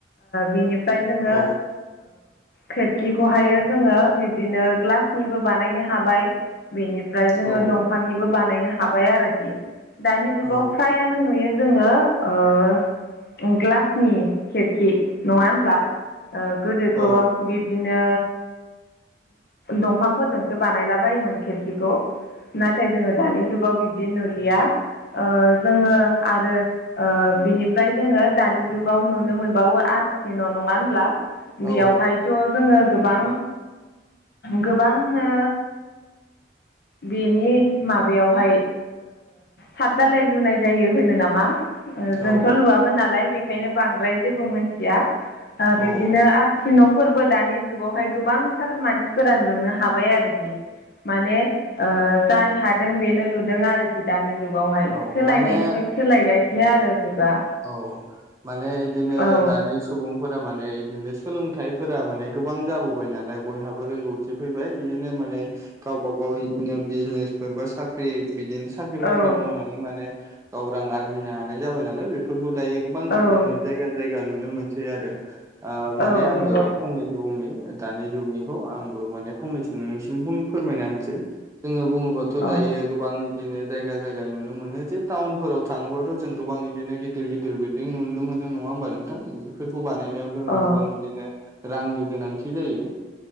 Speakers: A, on the left (about 55°); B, on the right (about 15°).
A: बिनिफ्राय जोङो
B: औ
A: खोरखिखौहायो जोङो बिब्दिनो ग्लासनिबो बानायनो हाबाय बेनिफ्राय जोङो
B: औ
A: दंफांनिबो बानायनो हाबाय आरोखि दानि जुगाव
B: औ
A: फ्रायानो नुयो जोङो ग्लासनि खिरखि नङा होनब्ला गोदोथ'
B: औ
A: बि बिदिनो दंफांफोरजोंसो बानायलाबायोमोन खिरखिखौ नाथाय जोङो दानि जुगाव बिब्दि नुलिया जोङो आरो बिनिफ्राय जोङो दानि जुगाव नुनो मोनबावो आरखि न' नङा बेयावहायथ'
B: औ
A: जोङो गोबां गोबांनो बेनि माबायावहाय साद दालाय लुनाय जायो होनो नामा जोंथ'
B: औ
A: लुवबो नालाय बेखायनो बांद्राय जेबो मिथिया
B: औ
A: बिब्दिनो आरसि न' फोरबो दानि जुगावहाय गोबांथार मानसिफोरा लुनो हाबाय आरोखि माने जाय हादों बेनो लुदों आरोखि दानि जुगावहाय
B: औ
A: सोलायनायनिफ्राय
B: माने
A: सोलायगासिनो आरो जुगा
B: औ माने इदिनो
A: औ
B: दानि सुबुंफोरा माने इदिनो सोलोंथाइफोरा माने गोबां जाबोबाय नालाय बयहाबो रोंगौ फैबाय इदिनो माने गावबा गाव इदिनो बिजनेसफोर बा साख्रि बिदिनो साख्रि बाख्रि
A: औ
B: मावनानै माने गाव रां आरजिनो हानाय जाबाय नालाय बेफोरखौ दायो गोबां
A: औ
B: इदिनो जायगा जायगा नुनो मोनसै आरो माने
A: औ
B: आंबो
A: नंगौ
B: फंनैसो नि दानि जुगनिखौ आंबो माने फंनैसो नोंनिसिम फोरमायना होनोसै जोङो बुङोबाथ'
A: औ
B: दायो गोबां बिदिनो जायगा जायगा नुनो मोनो जे टाउनफोराव थाङोबाथ' जों गोबां बिदिनो गिद गिदिर गिदिर बिल्डिं नुनो मोनो नङा होमबा नोंथां बेफोरखौ बानायनायाव जोंहा
A: औ
B: गोबां बिदिनो रांनि गोनांथि जायो